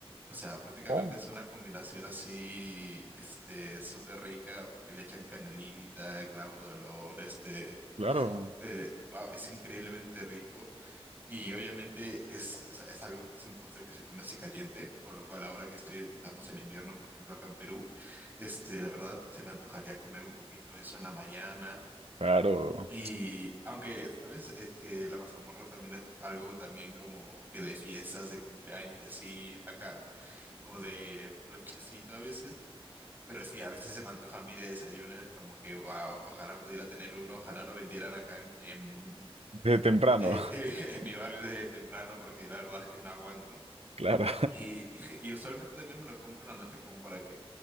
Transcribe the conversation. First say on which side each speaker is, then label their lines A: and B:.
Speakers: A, on the right (about 20°); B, on the right (about 80°).
A: O sea, prácticamente
B: Oh,
A: es una combinación así, este, súper rica, porque le echan canelita, clavo de olor, este,
B: claro,
A: eh, wow, es increíblemente rico. Y obviamente es, o sea, es algo, es un postre que se come así caliente, por lo cual ahora que estoy, que estamos en invierno, por ejemplo, acá en Perú, este, la verdad se me antojaría comer un poquito de eso en la mañana
B: claro.
A: y aunque, ¿sabes? Es que la mazamorra también es algo también como que de fiestas, de cumpleaños y así acá, o de lonchecito a veces. Pero sí, a veces se me antoja a mí de desayuno, es como que, wow, ojalá pudiera tener uno, ojalá lo vendieran acá en, en,
B: Desde temprano,
A: eh, eh, <laughs> en mi barrio desde temprano, porque la verdad es que no aguanto.
B: <laughs> claro.
A: Y, <laughs> y usualmente también me lo compro una noche como para que